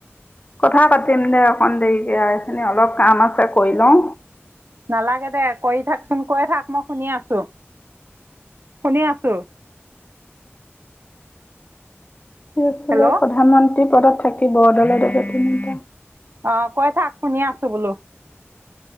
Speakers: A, on the left; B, on the right.
A: কথা পাতিম দে অকন দেৰিকে আৰ, এইখিনি অলপ কাম আছে। কৰিলও।
B: নালাগে দে কৰি থাকচোন কৈ থাক, মই শুনি আছো। শুনি আছোঁ।
A: আছিলে
B: হেল্ল'
A: প্ৰধানমন্ত্ৰী পদত থাকিব দলে, দলে তিনটা।
B: অ', কৈ থাক, শুনি আছোঁ, বোলোঁ।